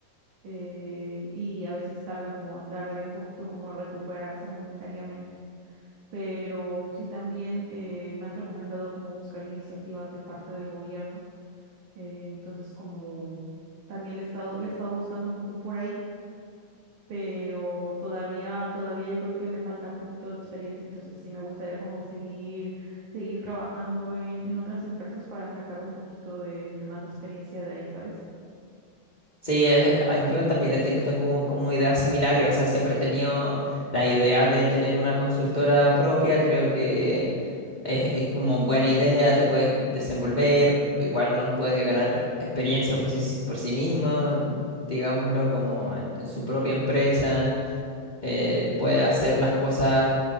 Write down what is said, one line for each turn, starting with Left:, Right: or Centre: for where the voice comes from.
Right: eh, y a veces tarda como, tardaría un poquito como recuperarse monetariamente. Pero sí también eh, me han recomendado como buscar iniciativas de parte del gobierno. eh, entonces como también le he estado, le he estado buscando un poco por ahí, pero todavía, todavía yo creo que me falta un poquito de experiencia. Entonces sí me gustaría como seguir, seguir trabajando en, en otras empresas para sacar un poquito de, de más experiencia de ahí, ¿sabes?
Left: Sí, es- ah, yo también he ten- tengo como ideas similares, o sea, siempre he tenido la idea de tener una consultora propia, creo que es, es como buena idea, te puedes desenvolver, igual uno puede ganar experiencia por sí, por sí mismo, digámoslo, como en, en su propia empresa, eh, puede hacer las cosas